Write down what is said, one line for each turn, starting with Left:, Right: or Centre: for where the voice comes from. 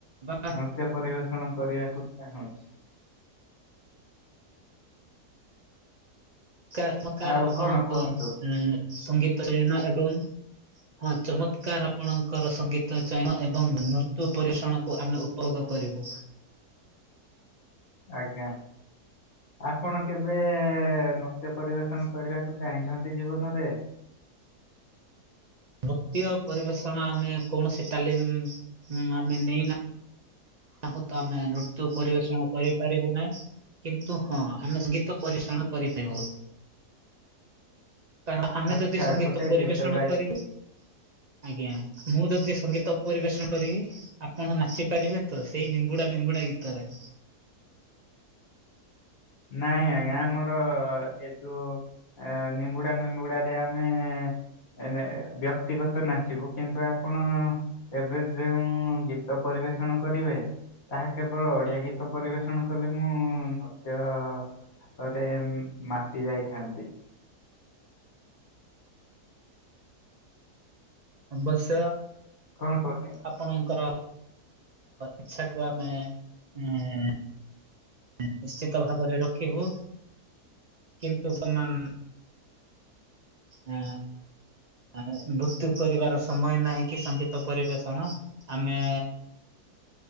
Right: ବା
Left: ନୃତ୍ୟ ପରିବେଷଣ କରିବାକୁ ଚାହୁଁଛି।
Right: ପକାର ପକାର
Left: ଆଉ
Right: ଆପଣଙ୍କ
Left: କଣ କୁହନ୍ତୁ
Right: ସଙ୍ଗୀତ ରେୟନ ଏବଂ ହଁ ଚମତ୍କାର ଆପଣଙ୍କର ସଙ୍ଗୀତ୍ ତ ଚୟନ ଏବଂ ନୃତ୍ୟୁ ପରିଷଣକୁ ଆମେ ଉପଭୋଗ କରିବୁ।
Left: ଆଜ୍ଞା। ଆପଣ କେବେ ନୃତ୍ୟ ପରିବେଷଣ କରିବାକୁ ଚାହିଁଛନ୍ତି ଜୀବନରେ।
Right: ବୃତୀୟ ପରିବେଷଣ ଆମେ କୌଣସି ତାଲିମ ଆମେ ନେଇନାହୁଁ। ହ ତ ଆମେ ନୃତ୍ୟ ପରିବେଷଣ କରିପାରିବୁ ନାହିଁ କିନ୍ତୁ ହଁ ଆମେ ଗୀତ ପରି ଶଣ କରି ଦବୁ। କାରଣ ଆମେ
Left: ଆଚ୍ଛା
Right: ଯଦି ସଙ୍ଗୀତ
Left: ଗୋଟେ
Right: ପରିବେଷଣ
Left: ଗୀତ ଗାଇ
Right: କରିବୁ? ଆଜ୍ଞା ମୁଁ ଯଦି ସଙ୍ଗୀତ ପରିବେଷଣ କରିବି ଆପଣ ନାଚିପାରିବେ? ତ ସେଇ ନିମ୍ବୁଡା ନିମ୍ବୁଡାଗିତରେ।
Left: ନାଇଁ ଆଜ୍ଞା ଆମର ଏ ଯୋଉ ଆ ନିମ୍ବୁଡା ନିମ୍ବୁଡାରେ ଆମେ ଏ ନେ ବ୍ୟକ୍ତିଗତ ନାଚିବୁ କିନ୍ତୁ ଆପଣ ଏବେ ଯେଉଁ ଗୀତ ପରିବେଷଣ କରିବେ ତାହା କେବଳ ଓଡିଆ ଗୀତ ପରିବେଷଣ କଲେ ମୁଁ ନୁହ ତା ପରେ ମାଟି ଯାଇଥାନ୍ତି।
Right: ବସ।
Left: କଣ କରୁଚ?
Right: ଆପଣଙ୍କର ଇଚ୍ଛାକୁ ଆମେ ଏଁ ନିଶ୍ଚିତ ଭାବରେ ରଖିବୁ କିନ୍ତୁ ବମାନ ଆ ମୃତ୍ୟୁ କରିବାର ସମୟ ନାହିଁ। କି ସଙ୍ଗୀତ ପରିବେଷଣ ଆମେ